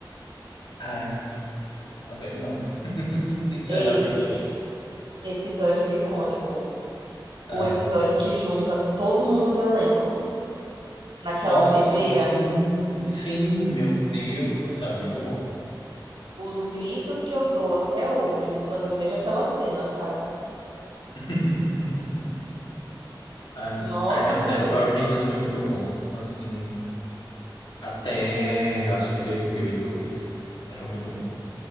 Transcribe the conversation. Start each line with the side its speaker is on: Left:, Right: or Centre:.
Left: Ai. Também não, <laughs> sinceramente.
Right: Ei, e- episódio icônico.
Left: Ah,
Right: O episódio que junta todo mundo do elenco naquela
Left: nossa,
Right: pedreira.
Left: sim, sim, meu Deus do céu, muito bom.
Right: Os gritos que eu dou até hoje quando eu vejo aquela cena, tá?
Left: <laughs> Ai,
Right: Nossa,
Left: ai, mas
Right: Maria.
Left: sério, Power Rangers foi muito bom, assim, até eu acho que 2002 Era muito bom.